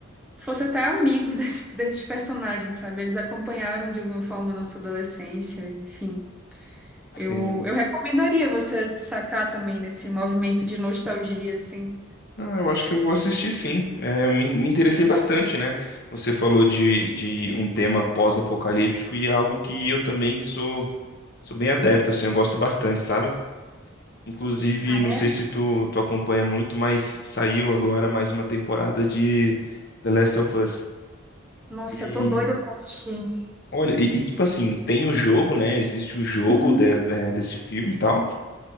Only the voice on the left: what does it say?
Sim.
Não, eu acho que eu vou assistir sim. É, me, me interessei bastante, né? Você falou de, de um tema pós-apocalíptico e é algo que eu também sou, sou bem adepto, assim, eu gosto bastante, sabe? Inclusive,
não
sei se tu, tu acompanha muito, mas saiu agora mais uma temporada de The Last of Us.
E
olha, e, e, tipo assim, tem o jogo, né? Existe o jogo
de- de- desse filme e tal.